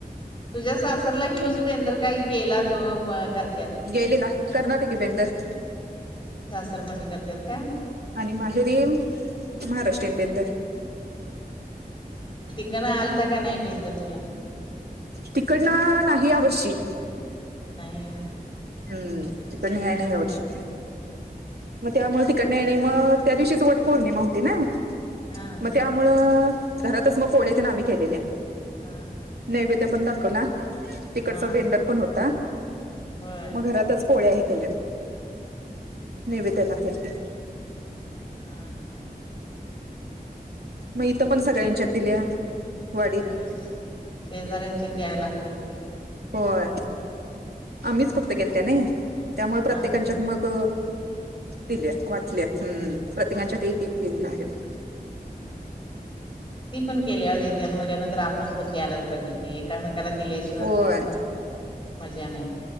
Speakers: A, on the left; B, on the right.
A: तुझ्या सासरला ह्योच बेंदर काही गेला तो करत्यात?
B: गेलला कर्नाटकी बेंदर!
A: सासर मदी करत्यात काय?
B: आणि माहेरी महाराष्ट्रीयन बेंदर!
A: तिकन आलता का नाही बिंदुर तुला?
B: तिकडनं नाही यावर्षी.
A: नाही होय.
B: हम्म तकडन ह्या नाय वर्षी! मग त्यामुळे तिकड येणे म त्या दिवशीची वट पौर्णिमा होती ना मग
A: हा.
B: त्या त्यामुळं घरातच मग पोळ ते न आम्ही केलेल्या.
A: हा हा!
B: नैवेद्य पण दाखला ना तिकडचा
A: हा
B: बेंदर पण होता
A: होय
B: मग घरातच पोळ्या ही केल्या. नैवेद्यला केलंते.
A: हा हा!
B: मग इथ पण सगळ्यांच्यात दिल्या वाडीत
A: होय शेजाऱ्यांची द्याय लागते की!
B: होय आम्हीच फक्त गेलत्या नाय? त्यामुळ प्रत्येकांच्यात
A: हा हा
B: मग दिल्या वाटल्या हम्. प्रतिकांच्या एक एक एक देऊन आल्यात.
A: <inaudible> ती पण केल्याव देत्यात म्हणल्या नंतर आपण पण द्यायलाच पाहिजे कि एकामेकाला दिल्या
B: होय
A: मजा नाही.